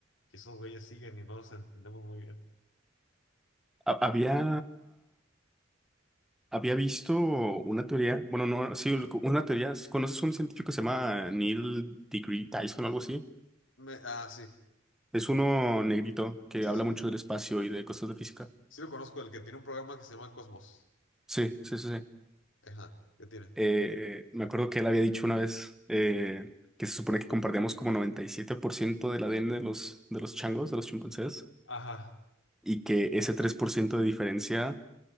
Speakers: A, on the left (about 80°); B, in the centre.
A: Y esos güeyes siguen y no los entendemos muy bien.
B: Ha- había Había visto una teoría, bueno, no, sí, una teoría. ¿Conoces un científico que se llama Neil deGree Tyson o algo así?
A: Me- ah, sí,
B: Es uno negrito que
A: sí,
B: habla
A: sí lo,
B: mucho
A: co-
B: del espacio y de cosas de física.
A: sí lo conozco, el que tiene un programa que se llama Cosmos.
B: Sí, sí, sí, sí.
A: Ajá, ¿qué tiene?
B: Eh, me acuerdo que él había dicho una vez eh, que se supone que compartíamos como 97% del ADN de los, de los changos, de los chimpancés,
A: Ajá,
B: y que ese 3% de diferencia